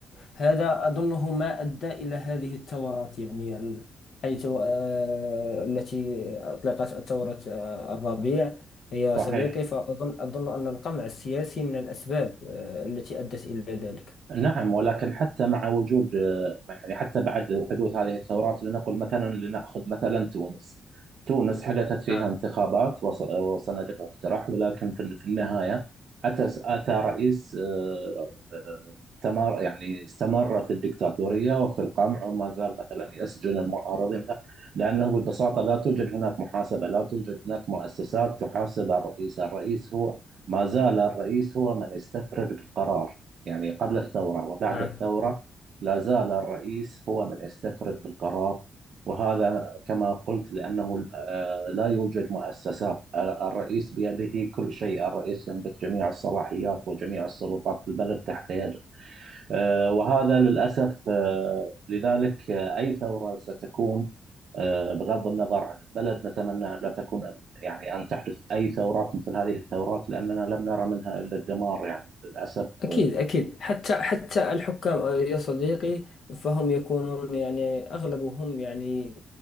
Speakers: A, on the left; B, on the right.
A: هذا أظنه ما أدى إلى هذه الثورات يعني ال- حيث آه، التي أطلقت ثورة آه، الربيع يا
B: صحيح
A: صديقي فأظن أظن أن القمع السياسي من الأسباب آه، التي أدت إلى ذلك
B: نعم ولكن حتى مع وجود آه، يعني حتى بعد حدوث هذه الثورات لنقل مثلا لنأخذ مثلا تونس تونس حدثت فيها
A: نعم
B: انتخابات وص- وصناديق اقتراع ولكن في في النهاية أتى أتى رئيس آه، آه، تمر يعني استمر في الدكتاتورية وفي القمع وما زال مثلا يسجن المعارضين له لأنه ببساطة لا توجد هناك محاسبة لا توجد هناك مؤسسات تحاسب الرئيس الرئيس هو ما زال الرئيس هو من يستفرد بالقرار يعني قبل الثورة وبعد
A: نعم
B: الثورة لا زال الرئيس هو من استفرد بالقرار وهذا كما قلت لأنه آه، لا يوجد مؤسسات آه، الرئيس بيده كل شيء الرئيس يملك جميع الصلاحيات وجميع السلطات في البلد تحت يده آه، وهذا للأسف آه، لذلك آه، أي ثورة ستكون آه، بغض النظر عن البلد نتمنى أن لا تكون أن- يعني أن تحدث أي ثورات مثل هذه الثورات لأننا لم نرى منها إلا الدمار يعني للأسف
A: أكيد
B: آه،
A: أكيد حتى حتى الحكام يا صديقي فهم يكونون يعني أغلبهم يعني